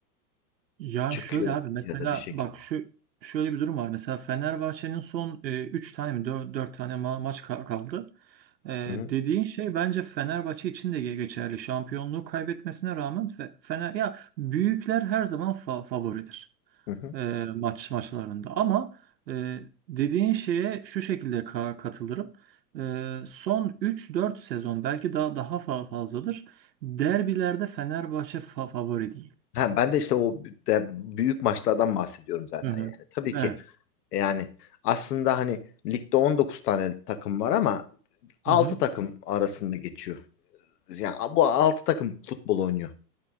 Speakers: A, on the right; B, on the left.
A: Ya
B: Çıkıyor
A: şöyle abi mesela
B: ya da bir şekilde.
A: bak şu şöyle bir durum var. Mesela Fenerbahçe'nin son 3 tane mi 4 tane ma- maç ka- kaldı. E,
B: Hı
A: dediğin şey bence Fenerbahçe için de ge- geçerli. Şampiyonluğu kaybetmesine rağmen Fe- Fener ya büyükler her zaman fa- favoridir
B: hı. hı.
A: e, maç maçlarında. Ama e, dediğin şeye şu şekilde ka- katılırım. E, son üç dört sezon belki daha daha fa- fazladır. Derbilerde Fenerbahçe fa- favori değil.
B: Ha, ben de işte o de büyük maçlardan bahsediyorum zaten
A: Hı hı.
B: yani. Tabii ki
A: Evet.
B: e, yani aslında hani ligde 19 tane takım var ama altı
A: Hı hı.
B: takım arasında geçiyor. Yani bu 6 takım futbol oynuyor